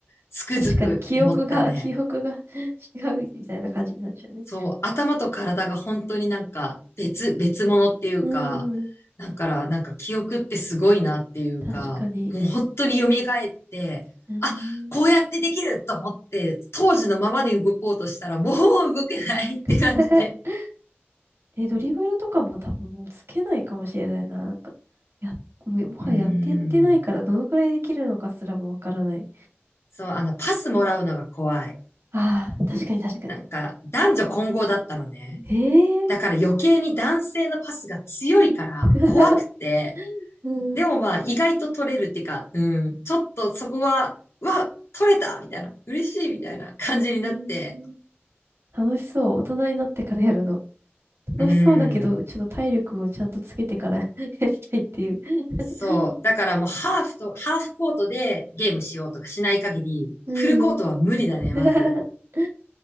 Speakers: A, on the left; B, on the right.
A: つくづく思ったね。
B: 確かに記憶が、<laughs> 記憶が <laughs> 違うみたいな感じになっちゃうね。
A: そう、頭と体が本当になんか別、別物っていうか、
B: うんうん。
A: だからなんか記憶ってすごいなっていうか、
B: 確かに。
A: もう本当に蘇って、
B: うん。
A: あ、こうやってできると思って、当時のままで動こうとしたらもう動けないって感じで。
B: <laughs> え、ドリブルとかも多分もうつけないかもしれないな。なんか、や、もう、もはややってやってないから、
A: うーん。
B: どのくらいできるのかすらもわからない。
A: そう、あの、パスもらうのが怖い。
B: ああ、確かに確かに。
A: なんか、男女混合だったのね。
B: へえ。
A: だから余計に男性のパスが強いから怖くて、
B: <laughs> うん。
A: でもまあ、意外と取れるっていうか、うん、ちょっとそこは、うわ、取れたみたいな、嬉しいみたいな感じになって、
B: へえ。楽しそう。大人になってからやるの。楽しそうだけど、
A: うん。
B: ちょっと体力をちゃんとつけてから <laughs> やりたいっていう。<laughs>
A: そう。だからもうハーフと、ハーフコートでゲームしようとかしない限り、
B: うん。
A: フルコートは無理だね、
B: <laughs>
A: まず。
B: 確